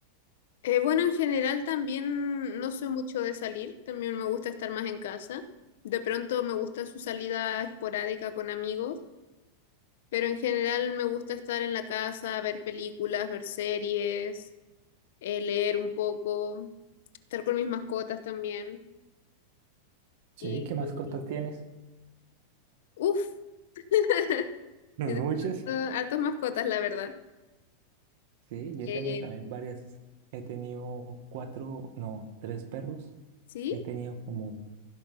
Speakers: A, on the left; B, on the right.
A: Eh, bueno, en general también no soy mucho de salir. También me gusta estar más en casa. De pronto me gusta su salida esporádica con amigos, pero en general me gusta estar en la casa, ver películas, ver series, eh, leer un poco. estar con mis mascotas también.
B: Sí,
A: Y,
B: ¿qué más cosas
A: y-
B: tienes?
A: uf, <laughs>
B: <laughs> Muchas.
A: yo tengo harto- hartas mascotas, la verdad.
B: Sí, yo he
A: Eh,
B: tenido también varias. He tenido cuatro, no, tres perros.
A: ¿sí?
B: He tenido como